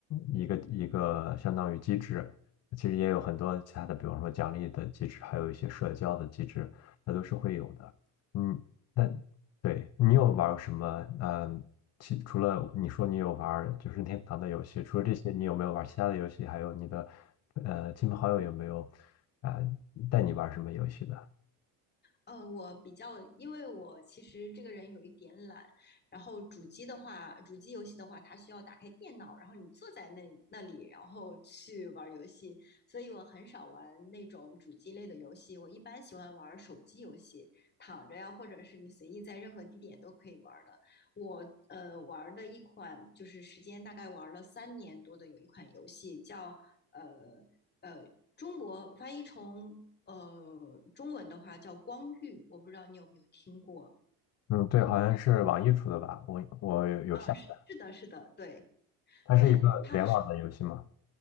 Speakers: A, on the left; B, on the left.
A: 一个一个相当于机制。其实也有很多其他的，比方说奖励的机制，还有一些社交的机制，它都是会有的。嗯，那对你有玩儿什么？嗯。其除了你说你有玩儿就是任天堂的游戏，除了这些，你有没有玩儿其他的游戏？还有你的呃亲朋好友有没有啊、带你玩儿什么游戏的？
B: 呃，我比较，因为我其实这个人有一点懒，然后主机的话，主机游戏的话，它需要打开电脑，然后你坐在那那里，然后去玩游戏，所以我很少玩那种主机类的游戏，我一般喜欢玩手机游戏，躺着呀，或者是你随意在任何地点都可以玩的。我呃玩的一款就是时间大概玩了三年多的，有一款游戏叫呃呃，中国翻译成呃中文的话叫光遇，我不知道你有没有听过。
A: 嗯，对，好像是网易出的吧？我我有有下载，
B: 啊，是的，是的，对
A: 它是一个联网的游戏吗？
B: 对，它